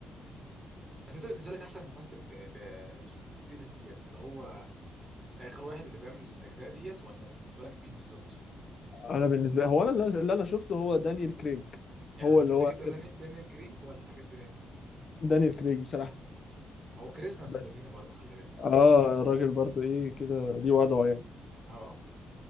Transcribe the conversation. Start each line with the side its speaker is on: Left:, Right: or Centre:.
Right: ايوه أيوة. بس انت بالنسبه لك احسن ممثل في في في السيريز ديت اللي هو اخر واحد اللي بيعمل الاجزاء ديت ولا بالنسبه لك مين بالظبط
Left: انا بالنسبه لي هو انا اللي اللي انا شفته هو دانيال كريج
Right: يعني
Left: هو
Right: بالنسبه
Left: اللي هو
Right: لك انت
Left: آخر
Right: داني- دانيال كرينج ولا حاجه تاني
Left: دانيال كريج بصراحه
Right: هو كاريزما ابن
Left: بس
Right: اللذينه برضه خلي بالك
Left: اه الراجل برضو ايه كده ليه وضعه يعني
Right: اه